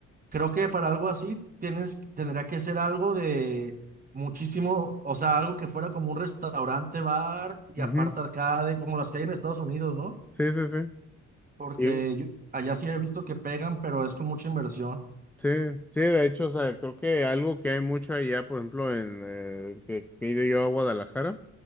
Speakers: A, on the right; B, in the centre.
A: creo que para algo así tienes, tendría que ser algo de muchísimo, o sea, algo que fuera como un restaurante, bar y
B: ujú,
A: aparte arcade, como las que hay en Estados Unidos, ¿no?
B: Sí, sí,
A: Porque
B: sí.
A: yo- allá sí he visto que pegan, pero es con mucha inversión.
B: Sí, sí, de hecho, o sea, creo que algo que hay mucho allá, por ejemplo, en eh, que, que he ido yo a Guadalajara,